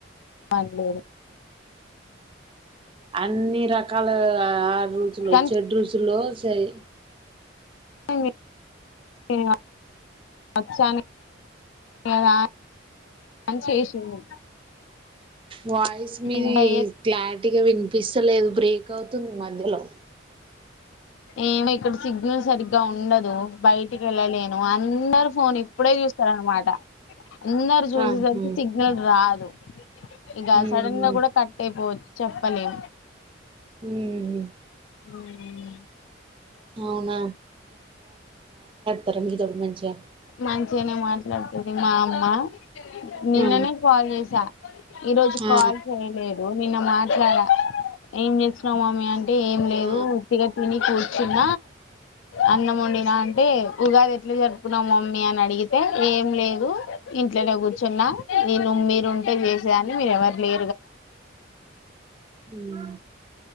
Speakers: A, on the left; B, on the right.
A: అండి
B: అన్ని రకాల ఆర్ రూచ్ లు
A: కానీ
B: చెడ్రుచ్ లో చైయి
A: అ ఇంగ వచ్చాను ఇంగ దా అన్ చేసింది
B: వాయిస్ మీది
A: ఇంకా
B: క్లారిటీగా వినిపిస్తలేదు బ్రే క్ అవుతుంది మధ్యలో
A: ఏమి ఇక్కడ సిగ్నల్ సరిగ్గా ఉండదు, బయటికి వెళ్ళలేను అందర్. ఫోన్ ఇప్పుడే చూస్తారనమాట అందరు చూసేసరికి
B: ఆహా
A: సిగ్నల్ రాదు ఇగ
B: ఉహు
A: సడన్ గా కూడా కట్ అయిపోవచ్చు చెప్ పలేం
B: ఉమ్ హ్
A: ఆవ్ నా
B: అవునా తొరంగీ దోడు మంచిగా
A: మంచిగానే మాట్లాడుతది మా అమ్మ నిన్ననే
B: ఆ
A: కాల్ చేసా ఈ రోజు
B: ఆ
A: కాల్ చేయలేదు నిన్న మాట్ రాడ ఏం చేసినవ్ మామ్ మీ యన్ అంటే ఏం లేదు
B: ఆ
A: ఉత్తిగ తిని కూ చ్చిన అన్నం వండినా అంటే ఉగాది ఎట్లా జరుప్ నవ్ మమ్మీ అని అడిగితే ఏం లేదు, ఇంట్లనే కూర్చున్నా నేను మీరు ఉంటే చేసేదాన్ని మీరు ఎవరు లే.
B: హ్